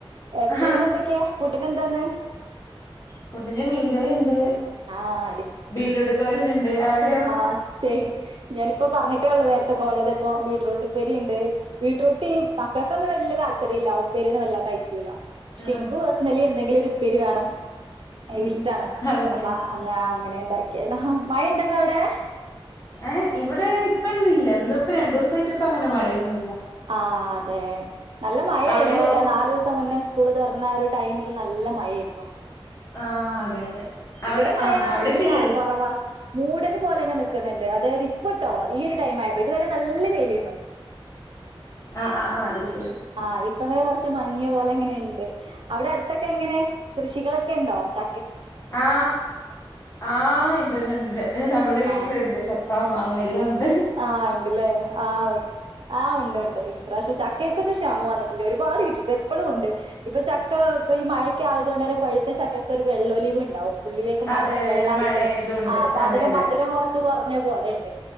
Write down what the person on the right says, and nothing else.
ഏ
പിന്നെ എന്തൊക്കെയാ ഫുഡിന്എന്താ ഇന്ന്
ആഹ്
ആ സെയിം ഞാനിപ്പോ പറഞ്ഞി- അട്ടേ ഉള്ള നേരത്തെ കോളിതപ്പോ ബീട്രൂട്ട് ഉപ്പേരിയുണ്ട് ബീട്രൂട്ട് ഈ മക്കൾക്കൊന്ന് വല്യ താൽ ഉപ്പരില്ല ഉപ്പരിയെന്നും വല്ല കഴിക്കൂല പക്ഷെ
എനിക്ക് പേഴ്സണലി എന്തെങ്കിലും ഒരു ഉ പ്പേരി വേണം
ഇഷ്ടാണ്
അപ്പ അങ്ങ് അങ്ങനെണ്ടാക്കി <unintelligible> മഴ ഇണ്ടെന്നാ അവിടെ
ആ അതെ നല്ല മഴയായിരുന്നുല്ലേ
നാലു ദിവസം മുന്നേ സ്കൂ- സ്കൂള് തുറന്ന ഒരു ടൈമില് നല്ല മഴ ആയിരുന്നു
ഇവിടെ മഴ
ഇല്ല
കുറവാ മൂടലും പോലെെ നിക്കുന്നുണ്ട് അതായത് ഇപ്പട്ടോ ഈ ഒരു ടൈം ആയപ്പോ ഇതുവരെ നല്ല വെയിലാര്ന്നു
ആഹ് ഇപ്പൊ അങ്ങനെ കുറച് മങ്ങിയ പോലെ അങ്ങനെയ്ണ്ട് അവിടെ അടുത്തൊക്കെ എങ്ങനെ കൃഷി കളൊക്കെണ്ടോ ച
ആഹ്
ആഹ് ഉണ്ട്ല്ലേ ആഹ ഓക്കേ ആഹ് ഉണ്ട് ഉണ്ട് ഇപ്രാവശ്യ ച കേക്ക് ക്ഷാമം ആണ് ഒരുപാട് കിട്ടിണ്ട് എപ്പളും ഉണ്ട് ഇപ്പൊ ചക്ക ഇപ്പൊ ഈ മഴൊക്കെ ആയതു കൊണ്ട് തന്നെ പഴുത്ത ചക്കക്ക് ഒരു വെള്ളൊലിവ് ഉണ്ടാവും ഉള്ളിലേക്ക് മഴ
വെള്ളായിട്ടേ
ആ അപ്പൊ
അതിന്റെ
മധുരം കുറച്ച് കുറഞ്ഞ പോലെണ്ട്